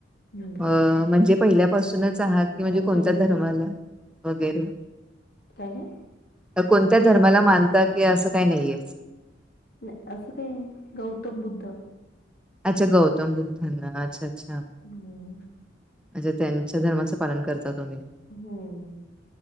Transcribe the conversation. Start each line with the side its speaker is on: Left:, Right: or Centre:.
Left: हम्म
Centre: अ म्हणजे पहिल्यापासूनच आहात की म्हणजे
Left: गौतम
Centre: कोणत्या
Left: बुद्ध
Centre: धर्माला
Left: अ
Centre: वगैरे
Left: काय काय
Centre: का कोणत्या धर्माला मानता की असं काय नाहीये.
Left: नाय असं काय नाय गौतम बुद्ध
Centre: अच्छ गौतम बुद्धन ना अच्छा अच्छा.
Left: हम्
Centre: अ् त्यांच्या धर्माचं पालन करता तुम्ही.
Left: हम्म